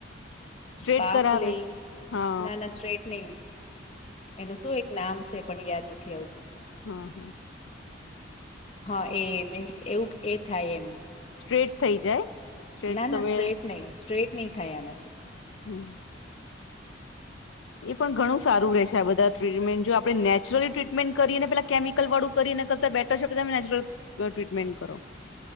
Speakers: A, on the left; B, on the left.
A: સ્ટ્રેટ
B: બાફ
A: કરાવે
B: લેય
A: છે હા
B: ના ના સ્ટ્રેટનિગ એનું શું એક નામ છે પણ યાદ નથી આવતું.
A: હા હા.
B: હા એ મીન્સ એવું એ થાય એમ.
A: સ્ટ્રેટ થઈ જાય. સ્ટ્રેટ
B: ના ના
A: તમે
B: સ્ટ્રેટ નય સ્ટ્રેટ નય થાય આનાથી.
A: <unintelligible> એ પણ ઘણું સારું રે છે આ બધા ટ્રીટમેન્ટ જો આપણે નેચરલી ટ્રીટમેન્ટ કરીએ પેલા કેમિક કેમિકલ વાળું કરયે એના કરતા બેટર છે તમે નેચરલ ટ્રીટમેન્ટ કરો.